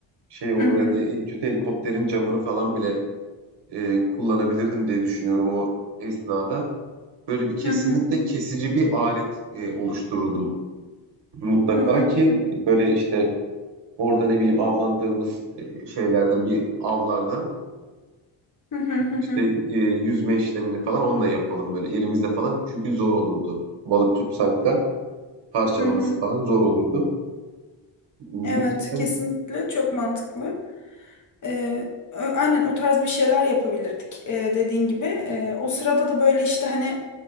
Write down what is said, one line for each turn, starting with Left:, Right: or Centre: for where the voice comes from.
Right: şey olur
Left: hı hı,
Right: ya diye en kötü helikopterin camını falan bile e, kullanabilirdim diye düşünüyorum o esnada böyle bir kesinlikle
Left: hı hı, hı hı.
Right: kesici bir alet e, oluştururdum. Mutlaka
Left: Hı hı,
Right: ki
Left: hı
Right: e, böyle işte orada ne bileyim avlandığımız e, şeylerden bir avlardan
Left: hı, hı hı,
Right: işte e, yüzme işlemini falan onunla yapalım böyle elimizde falan. Çünkü zor olurdu. Balık tutsak da parçalaması
Left: hı hı. hı.
Right: falan zor olurdu. Muhtemelen
Left: Evet, kesinlikle çok mantıklı. Ee, ö- aynen o tarz bir şeyler yapabilirdik ee, dediğin gibi. Ee, o sırada da böyle işte hani